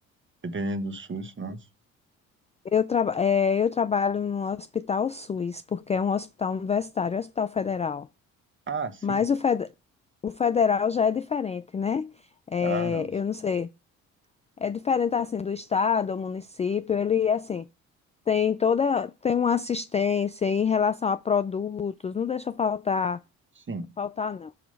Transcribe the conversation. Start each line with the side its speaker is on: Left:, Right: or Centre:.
Right: Dependendo do SUS, nossa.
Left: Eu, traba- é, eu trabalho no Hospital SUS, porque é um hospital universitário, é um hospital federal.
Right: Ah, sim.
Left: Mas o, fed- o federal já é diferente, né? É,
Right: Ah, não.
Left: eu não sei, é diferente assim do estado, do município, ele assim tem toda tem uma assistência em relação a produtos, não deixa faltar,
Right: Sim,
Left: faltar não.